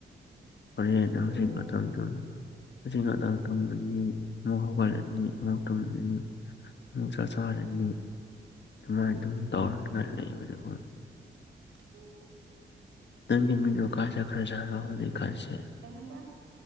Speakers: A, on the left; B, on the right.
A: ꯅꯁ
B: ꯊꯨꯋꯦ
A: ꯉꯊ <unintelligible> ꯑꯁꯤ ꯑꯗꯥꯥꯡ ꯇꯨꯝꯃꯅꯤ ꯑꯃꯨꯛ ꯍꯧꯒꯠꯂꯅꯤ ꯑꯃꯨꯛ ꯇꯨꯝꯃꯅꯤ ꯆꯥ ꯆꯥꯔꯅꯤ ꯑꯗꯨꯃꯥꯏꯅ ꯑꯗꯨꯝ ꯇꯧꯔꯒ ꯂꯩꯕꯗꯨꯕꯨ
B: ꯎꯝ
A: ꯅꯪ ꯃꯤꯅꯣ ꯈꯥꯖ ꯈꯔꯆꯑꯣ ꯑꯗꯨ ꯈꯔꯁꯤ
B: ꯀꯩ ꯍꯥꯏꯕꯥ